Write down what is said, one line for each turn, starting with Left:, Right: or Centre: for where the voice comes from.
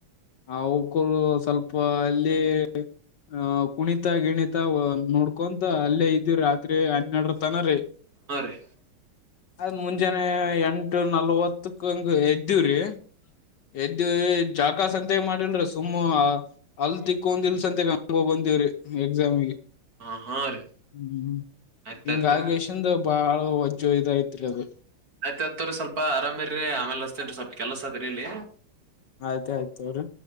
Left: ಆ ಅವಕ್ಕೂ ಸ್ವಲ್ಪ ಅಲ್ಲಿ ಅಹ ಕುಣಿತ ಗಿಣಿತ ನೋಡ್ಕೊಂತ ಅಲ್ಲೇ ಇದ್ದೀವ ರಾತ್ರಿ ಹನ್ನರಡರ್ತನ ರೀ.
Right: ಹಾ ರೀ
Left: ಆ ಮುಂಜಾನೆ ಎಂಟ ಎಂಟು ನಲ್ವತ್ತಕ್ಕಂಗ ಏದ್ದೇವ್ರೀ ಏದ್ದೇವೆ ಚಾ ಅಕ್ಕ ಸಂತೆಗ್ ಮಾಡಿಲ್ರಿ ಸುಮ್ಮ್ ಹಲ್ ತಿಕ್ಕೊಂಡಿಲ್ಲ ಸತೆಗ್ ಹಂಗ ಹೋಗಿ ಬಂದೇವ್ರಿ ಎಕ್ಸಾಮಗೆ
Right: ಹಾ ಹಾ ರೀ
Left: ಹ್ಮ್
Right: ಆಯ್ತಾಯ್ತು
Left: ಹಿಂಗಾಗೇಶಂದ ಬಹಳ ಒಜ್ಜ ಇದು ಐತ್ರಿ ಅದು.
Right: ಆಯ್ತ್ ಆಯ್ತ್ ತೊಗೊರಿ ಸ್ವಲ್ಪ ಆರಾಮಿರಿ ಆಮೇಲೆ ಹಚ್ಚತೇನ್ರಿ ಸ್ವಲ್ಪ ಕೆಲಸ ಅದ್ರರಿ ಇಲ್ಲಿ.
Left: ಆಯ್ತ ಆಯ್ತು ತೊಗೊರಿ.